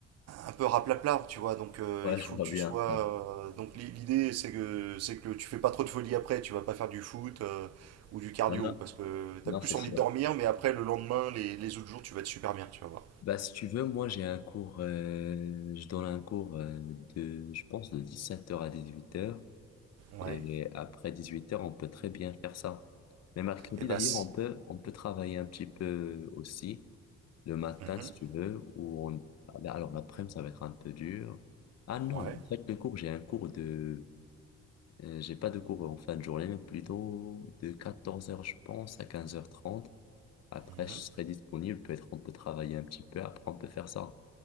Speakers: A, on the right; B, on the left.
A: un peu raplapla, tu vois. Donc euh,
B: Ouais,
A: il
B: je
A: faut
B: vois
A: que tu
B: bien.
A: sois.
B: Non,
A: euh, donc l'i- l'idée c'est que c'est que tu fais pas trop de folie après. Tu vas pas faire du foot euh, ou du cardio
B: non, non,
A: parce que
B: non,
A: t'as plus
B: c'est sûr.
A: envie de dormir, mais après le lendemain, les, les autres jours, tu vas être super bien, tu vas voir.
B: Bah, si tu veux, moi, j'ai un cours, euh, je donne un cours euh, de, je pense, de 17h à 18h.
A: Ouais.
B: Et après 18h, on peut très bien faire ça. Mais mercredi,
A: Et bah
B: d'ailleurs,
A: c-
B: on peut, on peut travailler un petit peu aussi, le matin,
A: Mhm.
B: si tu veux, ou on... Alors, l'après-midi, ça va être un peu dur. Ah non,
A: ouais.
B: en fait, le cours, j'ai un cours de Euh, j'ai pas de cours en fin de journée, mais plutôt de 14h, je pense, à 15h30. Après,
A: Mhm.
B: je serai disponible. Peut-être on peut travailler un petit peu. Après, on peut faire ça